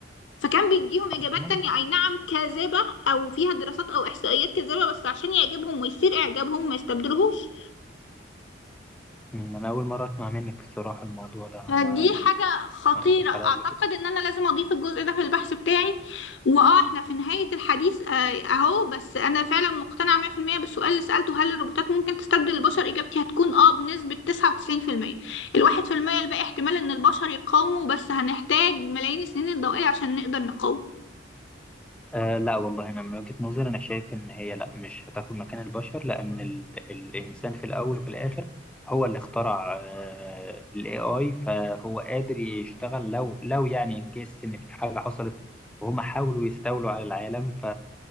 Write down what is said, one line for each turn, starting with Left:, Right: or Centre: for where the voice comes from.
Left: فكان بيديهم إجابات
Centre: اصلا
Left: تانية أي نعم كاذبة أو فيها دراسات أو إحصائيات كاذبة بس عشان يعجبهم ويثير إعجابهم ما يستبدلوهوش
Centre: مم، انا اول مرة اسمع منك الصراحة الموضوع ده انا
Left: فدي
Centre: ما
Left: حاجة خطيرة
Centre: عداش
Left: أعتقد
Centre: عليا قبل كده
Left: إن أنا لازم أضيف الجزء ده في البحث بتاعي وآه إحنا في نهاية الحديث آه، أهو بس أنا فعلا مقتنعة 100% بالسؤال اللي سألته هل الروبوتات ممكن تستبدل البشر إجابتي هتكون آه بنسبة 99% الواحد في المية الباقي احتمال إن البشر يقاوموا بس هنحتاج ملايين السنين الضوئية عشان نقدر نقاوم
Centre: آه لا والله انا من وجهة نظري انا شايف ان هي لا مش هتاخد مكان البشر لان ال... الانسان في الاول وفي الاخر هو اللي اخترع آه الاي اي فهو قادر يشتغل لو لو يعني ان كيس ان في حاجة حصلت وهم حاولوا يستولوا على العالم ف